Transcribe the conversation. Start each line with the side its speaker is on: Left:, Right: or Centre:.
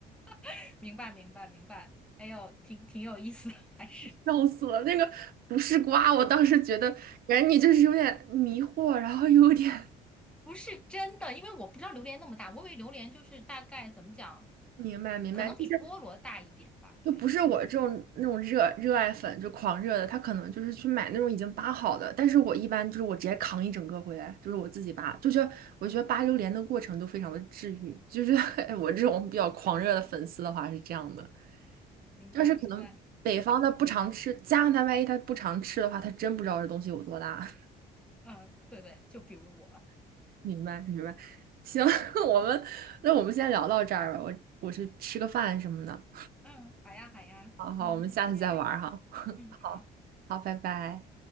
Centre: <laughs> 明白明白明白，哎呦，挺挺有意思的，还是。
Right: 笑死了。那个不是瓜，我当时觉得感觉你就是有点迷惑，然后又有点
Centre: 不是真的，因为我不知道榴莲那么大，我以为榴莲就是大概怎么讲，
Right: <laughs> 明白明白，
Centre: 可能比菠萝大一点吧。
Right: 就是就不是我这种那种热热爱粉就狂热的，
Centre: 对，嗯，
Right: 他可能就是去买那种已经扒好的，但是我一般就是我直接扛一整个回来，就是我自己扒，就觉得我觉得扒榴莲的过程都非常的治愈，就是 <laughs> 我这种比较狂热的粉丝的话是这样的，
Centre: 明白明白，
Right: 但是可能北方他不常吃，加上他万一他不常吃的话，他真不知道这东西有多大，
Centre: 嗯，对对，就比如我，
Right: <laughs> 明白明白，行，<laughs> 我们那我们先聊到这儿吧，我我去吃个饭什么的，
Centre: 嗯，好呀好呀，
Right: 好好，
Centre: 嗯，
Right: 我们下次再玩儿哈，
Centre: 再见，嗯，
Right: 好，
Centre: 好。
Right: 好，拜拜。